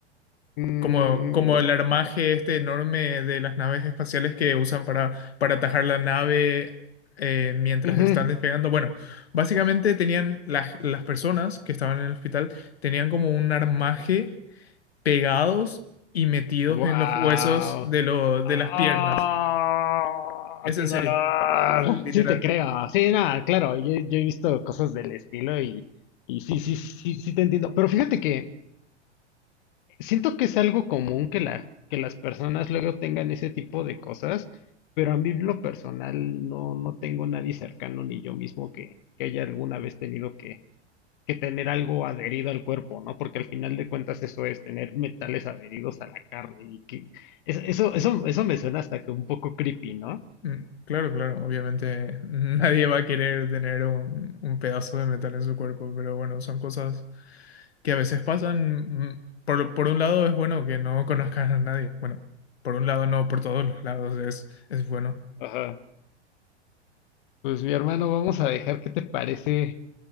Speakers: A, on the left; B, on the left.
A: Mm,
B: Como, como el armaje este enorme de las naves espaciales que usan para, para atajar la nave eh, mientras
A: ujú.
B: están despegando. Bueno, básicamente tenían las, las personas que estaban en el hospital, tenían como un armaje pegados y metidos
A: Wow.
B: en los huesos de, lo, de las
A: Ah,
B: piernas. Es
A: qué
B: en
A: dolor.
B: serio. Sí, sí, literal.
A: Sí, te creo. Sí, nada, claro. Yo, yo he visto cosas del estilo y, y sí, sí, sí, sí, sí te entiendo. Pero fíjate que Siento que es algo común que la, que las personas luego tengan ese tipo de cosas, pero a mí en lo personal no, no tengo nadie cercano ni yo mismo que, que haya alguna vez tenido que, que tener algo adherido al cuerpo, ¿no? Porque al final de cuentas eso es tener metales adheridos a la carne y que es- eso, eso, eso me suena hasta que un poco creepy, ¿no?
B: Mm, Claro, claro, obviamente <laughs> nadie va a querer tener un, un pedazo de metal en su cuerpo, pero bueno, son cosas que a veces pasan. mm, Por, lo- por un lado es bueno que no <laughs> conozcas a nadie. Bueno, por un lado no, por todos los lados es, es bueno.
A: Ajá. Pues mi hermano, vamos a dejar qué te parece